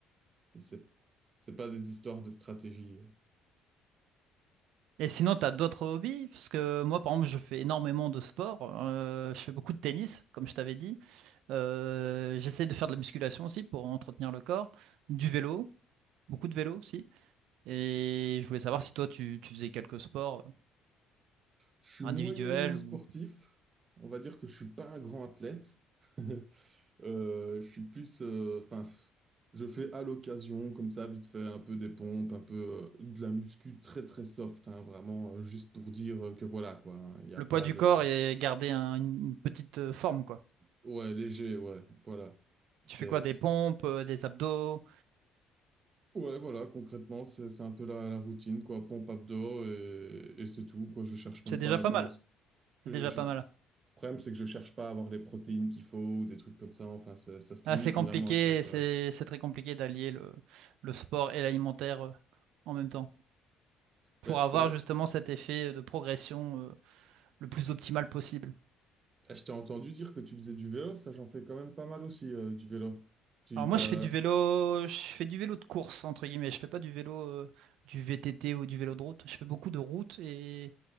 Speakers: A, on the right (about 30°); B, on the right (about 80°).
A: C'est c'est- c'est pas des histoires de stratégie.
B: Et sinon, tu as d'autres hobbies? Parce que moi, par exemple, je fais énormément de sport. euh, je fais beaucoup de tennis, comme je t'avais dit. Euh, j'essaie de faire de la musculation aussi pour entretenir le corps. Du vélo, beaucoup de vélo aussi. Et je voulais savoir si toi, tu, tu faisais quelques sports
A: Je suis
B: individuels
A: moyennement sportif.
B: ou
A: On va dire que je suis pas un grand athlète. <laughs> Euh, je suis plus, euh, enfin, je fais à l'occasion, comme ça, vite fait, un peu des pompes, un peu euh, de la muscu très très soft, hein, vraiment, euh, juste pour dire euh, que voilà, quoi. hein. Il n'y a
B: le
A: pas
B: poids du
A: de,
B: corps et garder un- une petite euh, forme, quoi.
A: ouais, léger, ouais, voilà. C'est
B: Tu fais quoi? Des pompes, euh, des abdos?
A: Ouais, voilà, concrètement, c'est c'est un peu la, la routine, quoi. Pompe abdos et, et c'est tout, quoi. Je cherche même
B: C'est déjà
A: pas à
B: pas
A: comment.
B: mal. C'est
A: Je,
B: déjà
A: je...
B: pas
A: Le
B: mal.
A: problème, c'est que je cherche pas à avoir les protéines qu'il faut ou des trucs comme ça. Enfin, ça, ça se
B: Ah,
A: limite
B: c'est compliqué,
A: vraiment à ça, quoi.
B: c'est c'est très compliqué d'allier le, le sport et l'alimentaire euh, en même temps pour
A: Ouais,
B: avoir
A: c'est vrai.
B: justement cet effet euh, de progression euh, le plus optimal possible.
A: Eh, Je t'ai entendu dire que tu faisais du vélo. Ça, j'en fais quand même pas mal aussi, euh, du vélo. Tu
B: Alors
A: t'as...
B: moi, je fais du vélo, je fais du vélo de course, entre guillemets. Je fais pas du vélo, euh, du VTT ou du vélo de route. Je fais beaucoup de route et